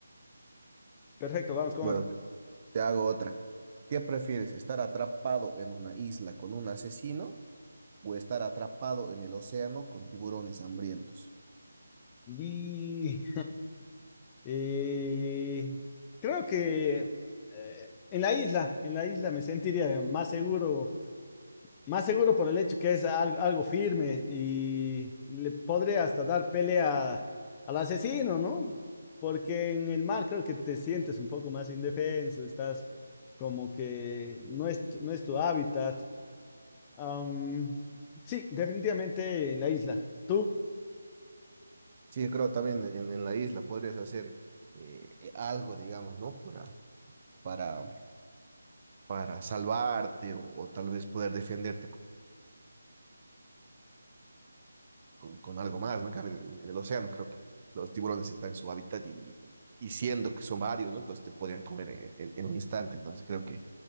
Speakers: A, on the left (about 20°); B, on the right (about 35°).
A: Perfecto, vamos con
B: Bueno,
A: otra.
B: te hago otra. ¿Qué prefieres, estar atrapado en una isla con un asesino o estar atrapado en el océano con tiburones hambrientos?
A: Y Eh, creo que eh, en la isla, en la isla me sentiría más seguro, más seguro por el hecho que es algo, algo firme y le podré hasta dar pelea al asesino, ¿no? Porque en el mar creo que te sientes un poco más indefenso, estás como que no es, tu- no es tu hábitat. Am, sí, definitivamente en la isla. Tú,
B: Sí, yo creo también en, en la isla podrías hacer eh, eh, algo, digamos, ¿no? Para, para, para salvarte o, o tal vez poder defenderte co- con, con algo más, ¿no? En cambio, en, el océano creo que los tiburones están en su hábitat y, y siendo que son varios, ¿no? Entonces te podrían comer en, en- en un instante. Entonces creo que